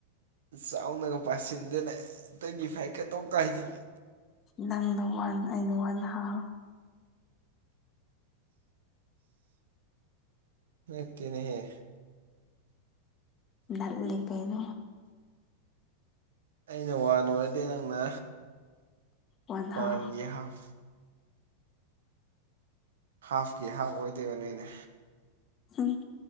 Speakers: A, on the right; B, on the left.
A: ꯆꯥꯎꯅꯒ ꯄꯥꯁꯤꯟꯗꯅ ꯇ꯭ꯋꯦꯟꯇꯤ ꯐꯥꯏꯚꯀ ꯇꯣꯛ ꯍꯥꯏꯖꯤꯜꯂꯤ
B: ꯅꯪꯅ ꯋꯥꯟ ꯑꯩꯅ ꯋꯥꯟ ꯍꯥꯞ
A: ꯅꯠꯇꯅꯦꯍꯦ
B: ꯅꯠꯂꯤ ꯀꯩꯅꯣ
A: ꯑꯩꯅ ꯋꯥ ꯑꯣꯏꯔꯗꯤ ꯅꯪꯅ
B: ꯋꯥꯟ
A: ꯋꯥꯟꯒꯤ
B: ꯍꯥꯐ
A: ꯍꯥꯞ ꯍꯥꯐꯀꯤ ꯍꯥꯞ ꯑꯣꯏꯗꯣꯏꯕ ꯅꯣꯏꯅ
B: ꯎꯝ